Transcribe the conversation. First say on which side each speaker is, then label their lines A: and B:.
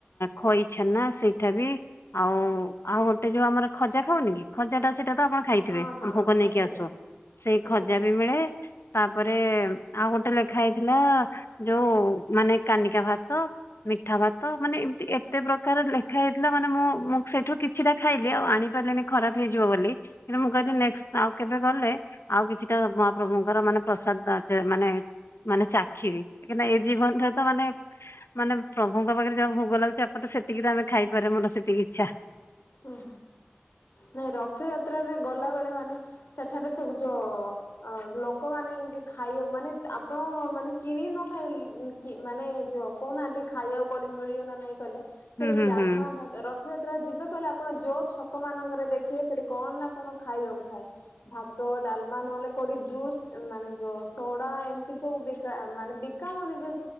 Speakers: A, on the left; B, on the left.
A: ଖଇଛେନା ସେଇ <unintelligible> ଆଉ-ଆଉ ଗୋଟେ ଯୋଉ ଆମର ଖଜା ଖାଉନି କି ଖଜା ଟା ସେଇଟା ତ ଆପଣ ଖାଇଥିବେ
B: ହଁ
A: ଆମେ
B: ହଁ
A: ଭୋକ
B: ଖଜା
A: ନେଇକି ଆସୁ ସେଇ
B: ଆଜ୍ଞା
A: ଖଜା ବି ମିଳେ। ତାପରେ ଆଉ ଗୋଟେ ଲେଖା ହେଇଥିଲା ଯୋଉ ମାନେ କାନିକା ଭାତ ମିଠା ଭାତ ମାନେ ଏମ୍ତି ଏତେ ପ୍ରକାର ଲେଖା ହେଇଥିଲା ମାନେ ମୁଁ-ମୁଁ ସେଇଠୁ କିଛିଟା ଖାଇଲି। ଆଉ ଆଣି ପାରିଲିନି ଖରାପ୍ ହେଇଯିବ ବୋଲି, କିନ୍ତୁ ମୁଁ କହିଲି ନେକ୍ସଟ୍ ଆଉ କେବେ ଗଲେ ଆଉ କିଛିଟା ମହାପ୍ରଭୁଙ୍କର ମାନେ ପ୍ରସାଦ <unintelligible> ମାନେ ମାନେ ଚାଖିବି <unintelligible> ଏ ଜୀବନରେ ତ ମାନେ ମାନେ ପ୍ରଭୁଙ୍କ ପାଖେରେ ଯାହା ଭୋଗ ଲାଗୁଚି ଆପରେ ତ ସେତିକି ତ ଆମେ ଖାଇପାରେ ମୋର ସେତିକି ଇଚ୍ଛା।
B: ଓହୋ, ନାଇଁ ରଥଯାତ୍ରାରେ ଗଲାବେଳେ ମାନେ ସେଠାରେ ସବୁ ଯୋଉ ଅ ଲୋକମାନେ ଏନ୍ତି ଖାଇବାକୁ ମାନେ ଆପଣ ମାନେ କିଣିକି ନ ଖାଇ କି ମାନେ ଯୋଉ କହୁନାହାନ୍ତି ଖାଇବାକୁ କୋଉଟି ମିଳିବ ନା ନାଇଁ କହିଲେ ସେଠି
A: ହୁଁ ହୁଁ
B: ଡାଲମା
A: ହୁଁ
B: ଭାତ ରଥଯାତ୍ରା ଯିବେ କହିଲେ ଆପଣ ଯୋଉ ଛକ ମାନଙ୍କରେ ଦେଖିବେ ସେଠି କଣ ନା କଣ ଖାଇବାକୁ ଥାଏ। ଭାତ ଡାଲମା ନହେଲେ କୋଉଠି ଜୁସ୍ ମାନେ ଯୋଉ ସୋଡା ଏମ୍ତି ସବୁ ବିକା ମାନେ ବି କା ହଉନି ଯେ